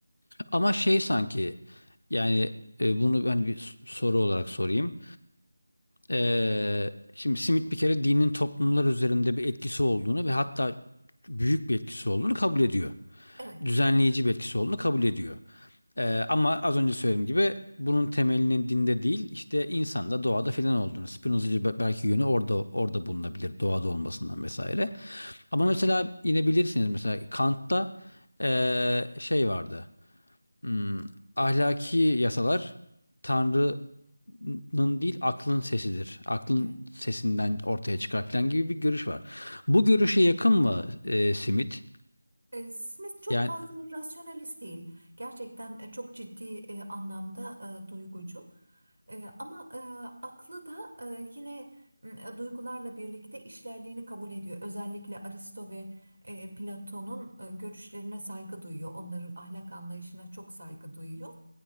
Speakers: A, on the left; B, on the right.
A: Ama şey sanki yani e, bunu ben bir s- soru olarak sorayım. Ee, şimdi Smith bir kere dinin toplumlar üzerinde bir etkisi olduğunu ve hatta büyük bir etkisi olduğunu kabul ediyor.
B: Evet.
A: Düzenleyici bir etkisi olduğunu kabul ediyor. Ee, ama az önce söylediğim gibi bunun temelinin dinde değil işte insanda doğada filan olduğunu. Spinozacı be- belki yönü orada orada bulunabilir doğada olmasından vesaire. Ama mesela yine bilirsiniz mesela Kant'ta ee, şey vardı. Hmm, Ahlaki yasalar Tanrı'nın değil aklın sesidir. Aklın
B: Evet.
A: sesinden ortaya çıkar falan gibi bir görüş var. Bu görüşe yakın mı e, Simit?
B: E, Smith çok
A: Yani
B: fazla rasyonalist değil. Gerçekten e, çok ciddi e, anlamda e, duygucu. E, ama e, aklı da e, yine m, duygularla birlikte işlerliğini kabul ediyor. Özellikle Aristo ve e, Platon'un e, görüşlerine saygı duyuyor. Onların ahlak anlayışına çok saygı duyuyor.